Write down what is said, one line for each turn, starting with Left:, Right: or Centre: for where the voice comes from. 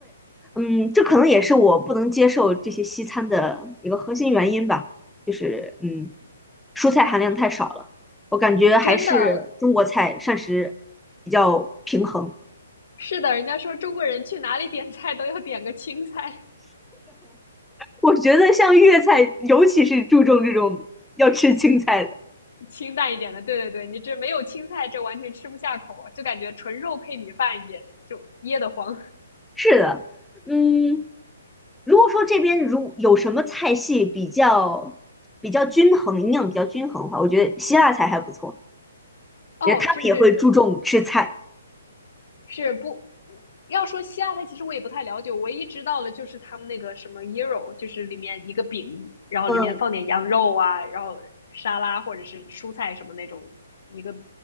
Centre: 嗯，这可能也是我不能接受这些西餐的一个核心原因吧，就是嗯，蔬菜含量太少了。我感觉还是中国菜膳食比较平衡。
Left: 真的是的，人家说中国人去哪里点菜都要点个青菜，
Centre: 我觉得像粤菜，尤其是注重这种要吃青菜的。
Left: 清淡一点的。对对对，你这没有青菜，这完全吃不下口，就感觉纯肉配米饭也就噎得慌。
Centre: 是的，嗯，如果说这边如有什么菜系比较比较均衡，营养比较均衡的话，我觉得希腊菜还不错，
Left: 哦，
Centre: 也他们也会注重吃菜，
Left: 就是是不要说西亚菜，其实我也不太了解，我唯一知道的就是他们那个什么 gyro，就是里面一个饼，然后里面放点羊肉啊，
Centre: 嗯，
Left: 然后沙拉或者是蔬菜什么那种一个